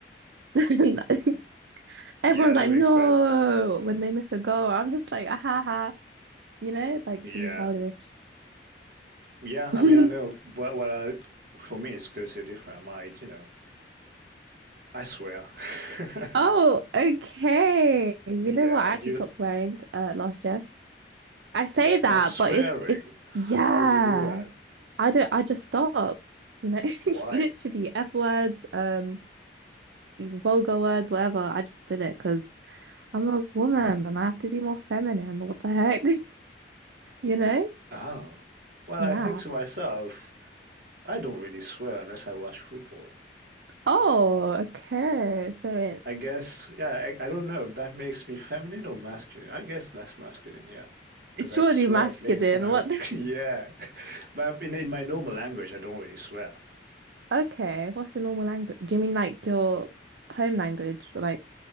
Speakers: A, on the right; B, on the right.
A: <laughs> Everyone's
B: Yeah, that
A: like,
B: makes
A: no,
B: sense.
A: when they miss a goal, I'm just like, ah, ha, ha, you know, like
B: Yeah.
A: really childish.
B: Yeah,
A: <laughs>
B: I mean, I know, but what I, for me, it's totally different. I might, you know, I swear. <laughs>
A: Oh, okay. You
B: Yeah,
A: know what? I
B: and
A: actually
B: you,
A: stopped swearing uh last year. I say
B: you stop
A: that,
B: swearing.
A: but if if
B: How
A: yeah,
B: do you do that?
A: I don't. I just stopped. You know,
B: Why?
A: <laughs> literally F words, um, vulgar words, whatever. I just did it because. I'm a woman and I have to be more feminine. What the heck? <laughs> You know?
B: Oh. Well,
A: Yeah.
B: I think to myself, I don't really swear unless I watch football.
A: Oh, okay. So it's
B: I guess, yeah, I, I don't know. That makes me feminine or masculine? I guess that's masculine, yeah.
A: it's
B: Because
A: surely
B: I swear
A: masculine.
B: at least when I,
A: <laughs> What the...
B: <laughs> yeah. <laughs> But in, in my normal language, I don't really swear.
A: Okay. What's your normal language? Do you mean like your home language or like